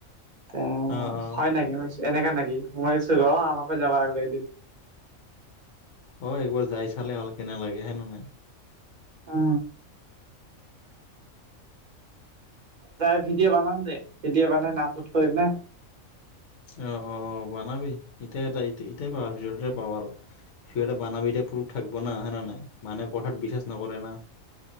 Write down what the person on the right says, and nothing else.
উম
হয় নেকি হৈছে এনেকা নেকি মইছো ৰ আমাকো যাব লাগিব এদিন।
অ। তাই ভিডিঅ' বনাম দে ভিডিঅ' বনাই ন আপলোড কৰিম না।